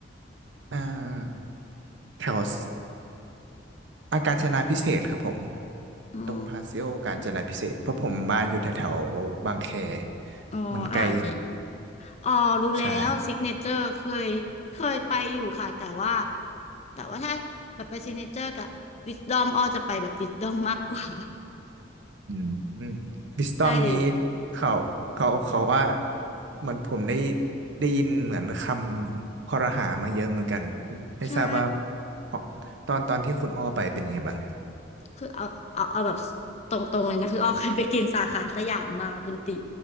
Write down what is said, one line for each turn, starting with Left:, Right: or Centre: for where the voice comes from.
Right: เอ่อแถวอาการจนาพิเศษกครับผม
Left: อ๋อ
Right: ตรงพาซิโอการจนาพิเศษกเพราะผมบ้านอยู่แถวแถวบางแค
Left: อ๋ออาอาจจะ
Right: มันไกล
Left: อ๋อรู้แล้วซิกเนเจอร์เคยเคยไปอยู่ค่ะแต่ว่า
Right: ใช่
Left: แต่ว่าถ้าแบบไปซิกเนเจอร์กับวิสดอมอ้อจะไปแบบวิสดอมมากกว่า
Right: อืมอืมวิสตอมนี้
Left: <laughs> ใช่เลย
Right: เขาเขาเขาว่าเหมือนผมได้ได้ยินเหมือนคำคอรหามาเยอะเหมือนกันไม่ทราบว่า
Left: ใช่
Right: ตอนตอนที่คุณอ้อไปเป็นไงบ้างครับ
Left: คือเอาเอาเอาแบบตรงๆเลยนะคืออ้อเคยไปกินสาขาสยามมาคุณตี